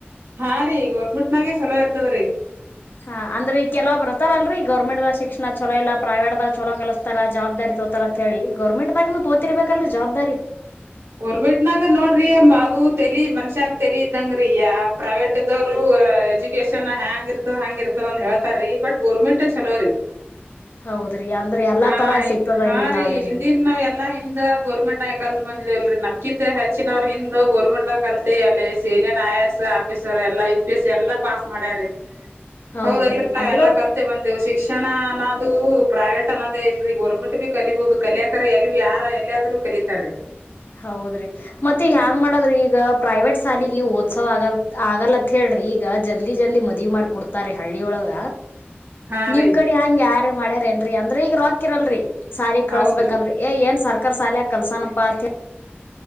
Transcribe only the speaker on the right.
ಹಾ ರೀ ಗೌರ್ಮೆಂಟ್ನಾಗೆ ಚಲೋ ಇರ್ತದ್ರೀ.
ಗೋರ್ಬೆಟ್ನಾಗ ನೋಡ್ರಿ ಅದು ತಲಿ ಮನ್ಷ್ಯಾಗ ತಲಿ ಇದ್ದಂಗ್ರೀ ಪ್ರೈವೇಟ್ ಇದದವರು ಎಜುಕೇಶನ್ ಹೆ್ಯಾಂಗ ಇರ್ತದ ಹಂಗ ಇರ್ತದ ಅಂದ ಹೇಳ್ತಾರೀ ಬಟ್ ಗೋರ್ಮೆಂಟ್ ಚಲೋರಿ.
ಹಾ
ಹಾ
ರೀ
ಹಿಂದನ್ ನಾವ ಎಲ್ಲಾ ಹಿಂದ ಗೋರ್ಮೆಂಡ ಆಯ. ಬಂದಿದವಲ್ರಿ ನಮ್ಕಿತ್ ಹೆಚ್ಚಿನವ ಹಿಂದ್ ಗೋರ್ಮೆಂಟ್ ದಾಗ ಕಲ್ತಿ ಅಲ್ಲಿ ಸೇನೆನ್ ಐ ಎಸ್ ಆಫೀಸರ್ ಎಲ್ಲಾ ಯು ಪಿ ಎಸ್ ಎಲ್ಲಾ ಪಾಸ್ ಮಾಡ್ಯ್ರೀ.
ಹೌದಲ್
ಎಲ್ಲಾ ಕಲ್ತೇವು ಮತ್ತೆ ಶಿಕ್ಷಣ. ಅದು ಪ್ರೈವೇಟ್ ಅನ್ನದೇ ಇಲ್ರಿ ಗೋರ್ಮೆಂಟ್ ಭ ಕಲಿಬಹುದು ಕಲಿಯಕ್ರ ಎಲ್ ಯಾರ ಎಲ್ಲಾದ್ೂ ಕಲಿತಾರೀ.
ಹಾ
ರೀ
ಹೌದ್ರಿ